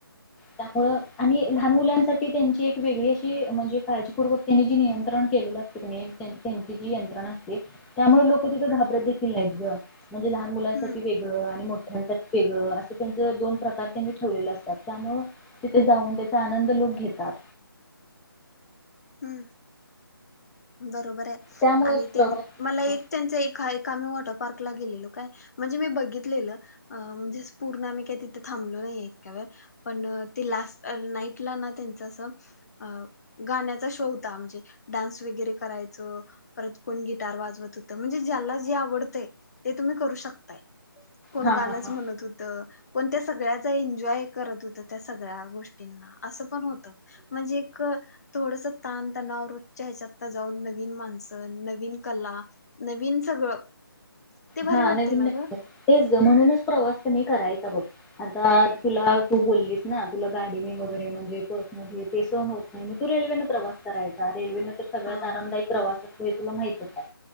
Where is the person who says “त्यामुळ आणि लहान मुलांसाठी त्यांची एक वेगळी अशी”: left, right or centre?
Centre